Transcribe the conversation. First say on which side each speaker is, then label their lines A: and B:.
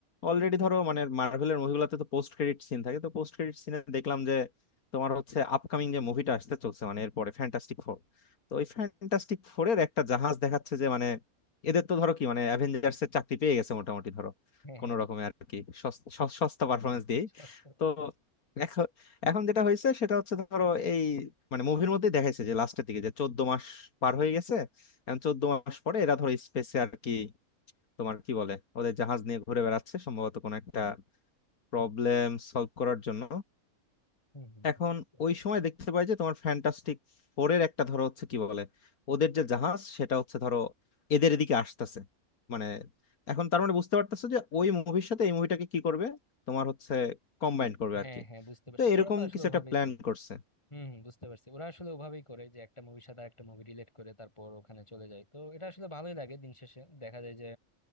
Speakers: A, on the left; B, on the left.
A: অলরেডি ধরো মানে মার্ভেলের মুভিগুলোতে তো পোস্ট ক্রেডিট সিন থাকে তো পোস্ট ক্রেডিট সিনে দেখলাম যে তোমার হচ্ছে আপকামিং যে মুভিটা আসতে চলছে মানে এরপরে ফ্যান্টাস্টিক ফোর তো ওই ফ্যান্টাস্টিক ফোরের একটা জাহাজ দেখাচ্ছে যে মানে এদের তো ধরো কি মানে অ্যাভেঞ্জার্স এর চাকরি পেয়ে গেছে মোটামুটি ধরো
B: হ্যাঁ
A: কোনো
B: হ্যাঁ হ্যাঁ
A: রকমে আর কি সস- সস- সস্তা পারফরমেন্স দিয়ে
B: সস্তা
A: তো এখন এখন যেটা হয়েছে সেটা হচ্ছে ধরো এই মানে মুভির মধ্যে দেখাইছে যে লাস্টের দিকে যে চোদ্দ মাস পার হয়ে গেছে এখন চোদ্দ মাস পরে এরা ধরো স্পেসে আর কি তোমার কি বলে ওদের জাহাজ নিয়ে ঘুরে বেড়াচ্ছে সম্ভবত কোনো একটা প্রবলেম সলভ করার জন্য
B: হুম, হুম,
A: এখন
B: হুম। বুঝতে পারছি
A: ওই সময় দেখতে পাই যে তোমার ফ্যান্টাস্টিক ফোরের একটা ধরো হচ্ছে কি বলে ওদের যে জাহাজ সেটা হচ্ছে ধরো এদের এদিকে আসতেছে মানে এখন তার মানে বুঝতে পারতেছে যে ওই মুভির সাথে এই মুভিটাকে কি করবে তোমার হচ্ছে কম্বাইন করবে
B: হ্যাঁ
A: আর কি
B: হ্যাঁ বুঝতে পারছি
A: তো এরকম
B: ওরা তো আসলে
A: কিছু
B: ওভাবেই
A: একটা প্ল্যান
B: করে
A: করছে
B: হম হম, বুঝতে পারছি ওরা আসলে ওভাবেই করে যে একটা মুভির সাথে আরেকটা মুভি রিলেট করে তারপর ওখানে চলে যায় তো এটা আসলে ভালোই লাগে দিন শেষে দেখা যায় যে